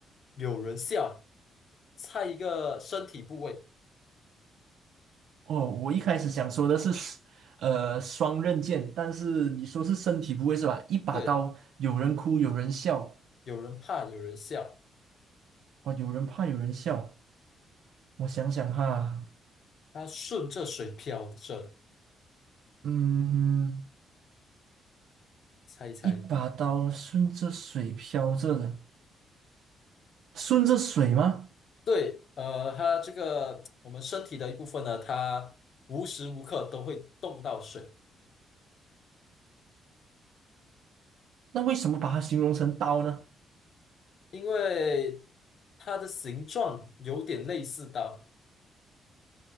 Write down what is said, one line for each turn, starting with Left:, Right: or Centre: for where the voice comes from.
Left: 有人笑。猜一个身体部位，
Right: 哦，我一开始想说的是，呃，双刃剑，但是你说是身体部位是吧？一把刀，
Left: 对，
Right: 有人哭，有人笑，
Left: 有人怕，有人笑。
Right: 哦，有人怕，有人笑。我想想哈，
Left: 它顺着水漂着的，
Right: 嗯，
Left: 猜一猜。
Right: 一把刀顺着水飘着的，顺着水吗？
Left: 对，呃，它这个我们身体的一部分呢，它无时无刻都会动到水，
Right: 那为什么把它形容成刀呢？
Left: 因为它的形状有点类似刀，